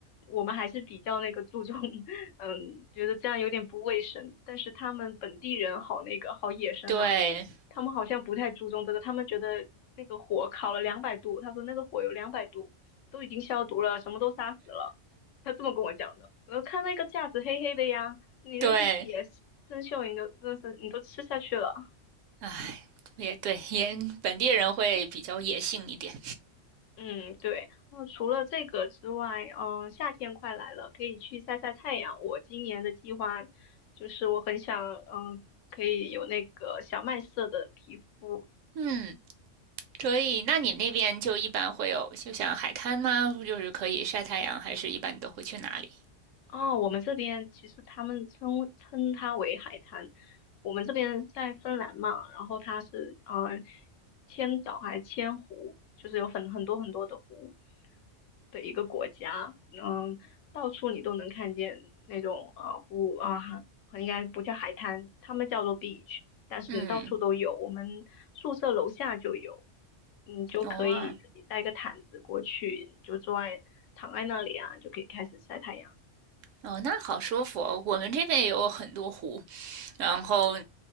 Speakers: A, on the left (about 80°); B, on the right (about 80°).
A: 我们还是比较那个注重，<laughs> 嗯，觉得这样有点不卫生。但是他们本地人好那个好野生呢、
B: <laughs> 对
A: 他们好像不太注重这个，他们觉得那个火烤了两百度，他说那个火有两百度，都已经消毒了，什么都杀死了。他这么跟我讲的。我说看那个架子黑黑的呀，你那些铁生锈你都那是你都吃下去了。
B: 对，唉，也对，也本地人会比较野性一点，
A: 嗯，对。那除了这个之外，嗯、夏天快来了，可以去晒晒太阳。我今年的计划就是我很想，嗯、可以有那个小麦色的皮肤。
B: 嗯。所以，那你那边就一般会有，就像海滩吗？就是可以晒太阳，还是一般你都会去哪里？
A: 哦，我们这边其实他们称称它为海滩。我们这边在芬兰嘛，然后它是呃千岛还是千湖，就是有很很多很多的湖的一个国家。嗯，到处你都能看见那种呃湖啊，应该不叫海滩，他们叫做 beach，但是你到处都有。
B: 嗯，
A: 我们宿舍楼下就有，你就可以自己带个毯子过去，
B: 哦啊，
A: 你就坐在躺在那里啊，就可以开始晒太阳。
B: 哦，那好舒服哦。我们这边也有很多湖，然后